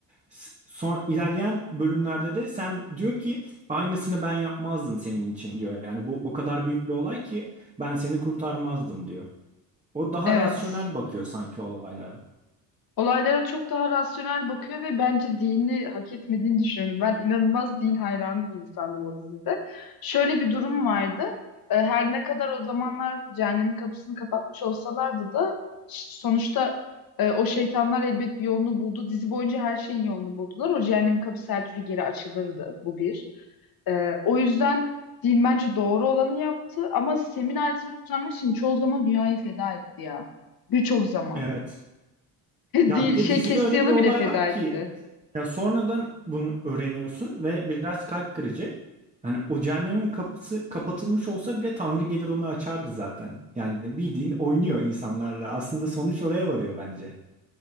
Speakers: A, on the right; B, on the left.
A: S- Son ilerleyen bölümlerde de Sem diyor ki aynısını ben yapmazdım senin için diyor. Yani bu o kadar büyük bir olay ki ben seni kurtarmazdım diyor. O daha
B: Evet.
A: rasyonel bakıyor sanki olaylara.
B: Olaylara çok daha rasyonel bakıyor ve bence dini hak etmediğini düşünüyorum. Ben inanılmaz din hayranı bir insandım o dizide. Şöyle bir durum vardı. E, Her ne kadar o zamanlar cehennemin kapısını kapatmış olsalardı da ş- sonuçta e, o şeytanlar elbet bir yolunu buldu. Dizi boyunca her şeyin yolunu buldular. O cehennemin kapısı her türlü geri açılırdı. Bu bir. E, O yüzden din bence doğru olanı yaptı ama Sem'in ailesini kurtarmak için çoğu zaman dünyayı feda etti ya. Birçok zaman.
A: Evet. Ya
B: Di-
A: bir de
B: şey
A: dizide
B: Kestiyalı
A: öyle bir olay
B: bile feda
A: var ki
B: etti.
A: ya sonradan bunu öğreniyorsun ve biraz kalp kırıcı. Hani o cehennemin kapısı kapatılmış olsa bile Tanrı gelir onu açardı zaten. Yani bildiğin oynuyor insanlarla. Aslında sonuç oraya varıyor bence.